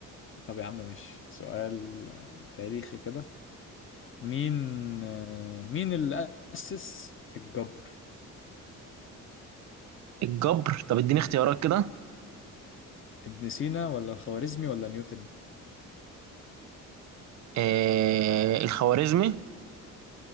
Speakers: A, on the left; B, on the right.
A: طب يا عم ماشي سؤال آه، تاريخي كده مين آه، مين اللي أسس الجبر
B: الجبر طب اديني اختيارات كده
A: ابن سينا ولا الخوارزمي ولا نيوتن
B: آه الخوارزمي